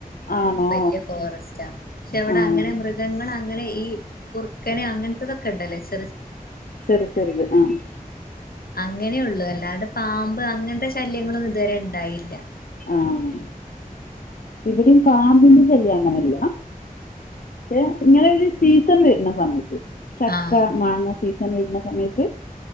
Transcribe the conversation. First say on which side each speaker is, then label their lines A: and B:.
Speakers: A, on the left; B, on the left.
A: ആണോ
B: വല്യ ഫോറസ്റ്റാ പക്ഷെ അവിടെ
A: ആഹ്
B: അങ്ങനെ മൃഗങ്ങള് അങ്ങ് ങ്ങനെ ഈ കുറുക്കനെ അങ്ങനത്തതൊക്കെ ഉണ്ടല്ലേ ചെ
A: ചെറ് ചെറിത് ആഹ്
B: അങ്ങനെ ഉള്ളു അല്ലാണ്ട് പാമ്പ് അങ്ങനത്തെ ശല്യങ്ങളൊന്നും ഇതുവരെ ഉ ഉണ്ടാകില്ല
A: ആഹ് ഇവിടയും പാമ്പിന്റെ ശല്യം അങ്ങനെ ഇല്ല പക്ഷെ ഇങ്ങനെ ഒരു സീസൺ വരുന്ന സമയത്ത് ചക്ക
B: ആഹ്
A: മാങ്ങ സീ സൺ വരുന്ന സമയത്ത്